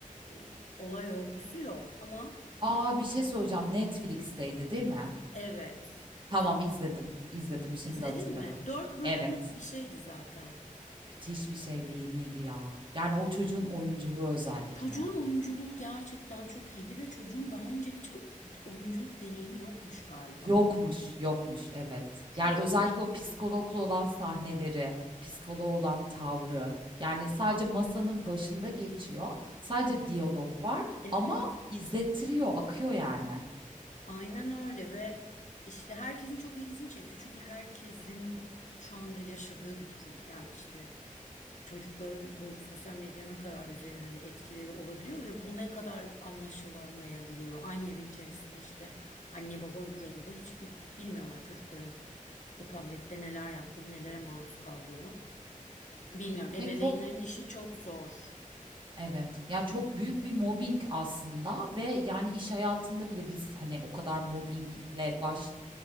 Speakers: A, on the left; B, on the right.
A: e, olay örgüsü yok ama
B: A, bir şey söyleyeceğim, Netflix'teydi değil mi?
A: evet
B: Tamam, izledim, izledim, şimdi
A: izledin
B: hatırladım.
A: mi? Dört bölümlük
B: Evet,
A: bir şeydi zaten.
B: müthiş bir şey değil miydi ya? Yani o çocuğun oyunculuğu özellikle.
A: Çocuğun oyunculuğu gerçekten çok iyiydi ve çocuğun daha önce bir ço- oyunculuk deneyimi yokmuş galiba.
B: Yokmuş, yokmuş evet.
A: Çok
B: Yani özellikle
A: şaşırdım.
B: o psikologla olan sahneleri, psikoloğa olan tavrı. Yani sadece masanın başında geçiyor. Sadece
A: Evet,
B: diyalog var
A: evet,
B: ama izlettiriyor, akıyor yani.
A: aynen öyle ve işte herkesin çok ilgisini çekti. Çünkü herkesin şu anda yaşadığı bir durum. Yani işte çocukların bu sosyal medya ne kadar üzerine de etkileri olabiliyor ve bu ne kadar anlaşılamayabiliyor. Aynı evin içerisinde işte anne baba öbür odada hiçbir bilmiyorlar çocukların o tablette neler yaptığını, nelere maruz kaldığını. Bilmiyorum. Ebeveynlerin
B: E, çok
A: işi çok zor.
B: Evet. Ya çok
A: Evet.
B: büyük bir mobbing aslında ve yani iş hayatında bile biz hani o kadar mobbingle baş